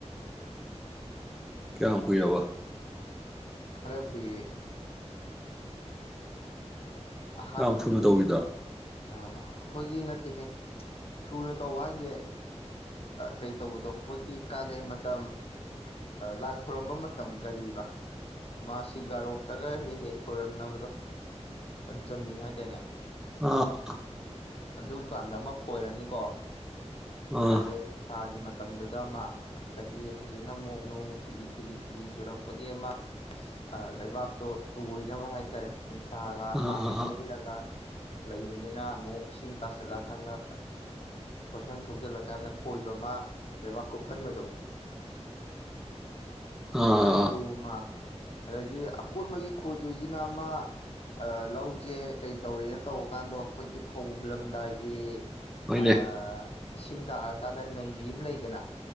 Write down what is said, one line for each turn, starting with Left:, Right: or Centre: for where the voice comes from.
Centre: ꯀꯌꯥꯝ ꯀꯨꯏꯔꯕ
Left: ꯈꯔ ꯀꯨꯏꯔꯦ ꯑꯍꯥꯟꯕꯒꯤ
Centre: ꯌꯥꯝ ꯊꯨꯅ ꯇꯧꯋꯤꯗ
Left: ꯑ ꯑꯩꯈꯣꯏꯒꯤ ꯅꯠꯇꯦꯍꯦ ꯊꯨꯅ ꯇꯧꯕ ꯍꯥꯏꯖꯦ ꯀꯩ ꯇꯧꯕꯗꯣ ꯑꯩꯈꯣꯏꯒꯤ ꯀꯥꯂꯦꯟ ꯃꯇꯝ ꯂꯥꯏ ꯈꯨꯔꯝꯕ ꯃꯇꯝ ꯀꯔꯤꯕ ꯃꯥꯁꯤ ꯒꯥꯔꯣꯛꯇꯒ ꯍꯦꯛ ꯍꯦꯛ ꯈꯣꯏꯔꯝꯅꯕꯗꯣ ꯄꯟꯆꯝꯃꯤ ꯍꯥꯏꯗꯥꯢꯅꯦ
Centre: ꯑꯥ
Left: ꯑꯗꯨꯀꯥꯟꯗ ꯑꯃ ꯈꯣꯏꯔꯅꯤꯀꯣ
Centre: ꯑꯥ
Left: ꯀꯥꯂꯦꯟ ꯅꯨꯡꯁꯥꯥꯒꯤ ꯃ ꯇꯝꯗꯨꯗ ꯑꯃ ꯑꯗꯒꯤ ꯍꯧꯖꯤꯛꯅ ꯑꯃꯨꯛ ꯅꯣꯡ ꯊꯤꯂꯤ ꯊꯤꯠꯂꯤ ꯊꯤꯜꯂꯤ ꯆꯨꯔꯛꯄꯒꯤ ꯑꯃ ꯂꯩꯕꯥꯛꯇꯣ ꯇꯣꯏꯅꯕ ꯍꯥꯏꯇꯥꯔꯦ ꯅꯨꯡꯁꯥ
Centre: ꯑꯥ
Left: ꯍꯥꯟꯅ
Centre: ꯑꯥ ꯑꯥ
Left: ꯌꯩꯔꯒ ꯂꯩꯕꯅꯤꯅ ꯑꯃꯨꯛ ꯏꯁꯤꯡ ꯇꯥꯁꯜꯂꯛꯑꯀꯥꯟꯗ ꯐꯣꯔꯁꯟ ꯊꯧꯖꯤꯜꯂꯀꯥꯟꯗ ꯈꯣꯏꯕ ꯑꯃ ꯂꯩꯕꯥꯛ ꯀꯨꯞꯐꯟꯕꯗꯣ
Centre: ꯑꯥ
Left: ꯑꯗꯨ
Centre: ꯑꯥ
Left: ꯑꯃ ꯑꯗꯩꯗꯤ ꯑꯀꯣꯟꯕꯒꯤ ꯈꯣꯏꯗꯣꯏꯁꯤꯅ ꯑꯃ ꯂꯧꯖꯦ ꯀꯩꯇꯧꯔꯦꯅ ꯇꯧꯕ ꯀꯥꯟꯗꯣ ꯑꯩꯈꯣꯏꯒꯤ ꯐꯧ ꯍꯨꯜꯂꯝꯗꯥꯏꯒꯤ
Centre: ꯍꯣꯏꯅꯦ
Left: ꯑꯥ ꯏꯁꯤꯡ ꯇꯥꯔꯛꯑꯀꯥꯟꯗ ꯅꯩꯕꯤ ꯑꯃ ꯂꯩꯗꯅ